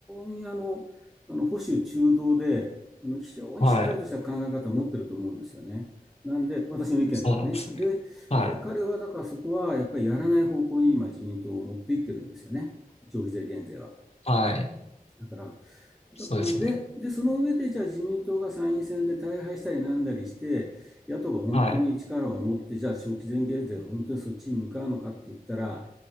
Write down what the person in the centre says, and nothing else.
にあの、あの保守中道で、あの非常にしっかりとした考え方を持ってると思うんですよね。
なんで、私の意見ではね。
で、
で彼はだからそこはやっぱりやらない方向に今自民党を持っていってるんですよね。消費税減税は。
だから、
で、で、その上で、じゃあ自民党が参院選で大敗したりなんだりして、野党が本当に力を持って、
じゃあ消費税減税、本当にそっちに向かうのかって言ったら、